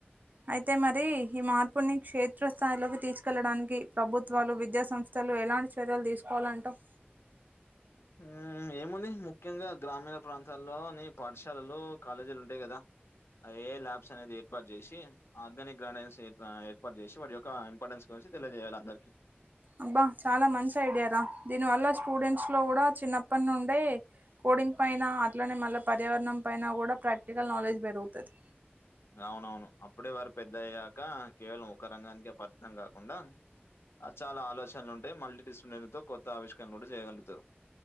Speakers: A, on the right (about 45°); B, on the left (about 80°).
A: అయితే మరి ఈ మార్పుని క్షేత్రస్థాయిలోకి తీసుకెళ్లడానికి ప్రభుత్వాలు విద్యా సంస్ తలు ఎలాంటి చర్యలు దీస్కోలంటావ్
B: మ్మ్ ఏముంది ముఖ్యంగా గ్రామీణ ప్రాంతాల్లోని పాఠశాలలో కాలేజీలు ఉం టాయి కదా అవి ల్యాబ్స్ అనేది ఏర్పాటు జేషి ఆర్గానిక్ గార్డెన్స్ ఆ ఏర్పాటు జేసి వాటి యొక్క ఇంపార్టెన్స్ గురించి తెలిజేయాలి అందరికి
A: అబ్బా చాలా మంచి ఐడియారా దీని వల్ల స్టూడెంట్స్ లో గుడా చిన్నప్పటి నుండే కోడింగ్ పైన అట్లనే మళ్ళీ పర్యావరణం పైన గూడా ప్రాక్టికల్ నాలెడ్జ్ పెరుగుతది
B: అవునవును అప్పుడే వారు పెద్దయ్యాక కేవలం ఒక రంగానికే పర్మితం కాకుండా ఆ చాలా ఆలోచనలు ఉంటాయి మల్టీ డిసిప్లిన్ తో కొత్త ఆవిష్కరణ గుడా చేయగలుగుతారు